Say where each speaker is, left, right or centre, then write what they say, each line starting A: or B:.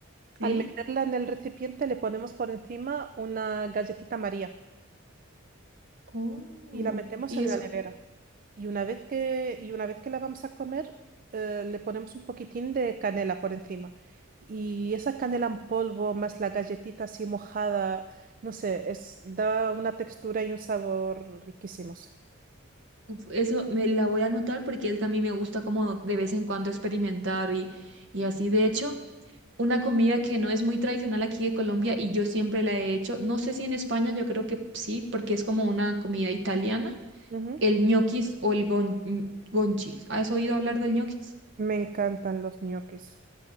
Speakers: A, on the right (about 55°); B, on the right (about 40°).
A: ¿sí?
B: al meterla en el recipiente le ponemos por encima una galletita María
A: Oh,
B: y la metemos
A: y
B: en
A: eso,
B: la nevera. Y una vez que, y una vez que la vamos a comer, eh, le ponemos un poquitín de canela por encima. Y esa canela en polvo más la galletita así mojada, no sé, es, da una textura y un sabor riquísimos.
A: uf, eso me la voy a anotar porque es que a mí me gusta como de vez en cuando experimentar y, y así. De hecho. una comida que no es muy tradicional aquí de Colombia y yo siempre la he hecho. No sé si en España, yo creo que sí, porque es como una comida italiana,
B: Ujú.
A: el ñoquis o el gon- mm, gonchis. ¿Has oído hablar del ñoquis?
B: Me encantan los ñoquis.